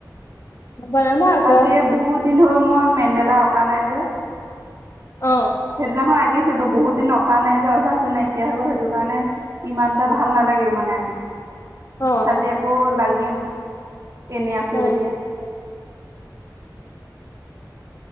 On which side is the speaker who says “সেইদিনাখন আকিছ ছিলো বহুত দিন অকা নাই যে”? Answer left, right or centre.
Right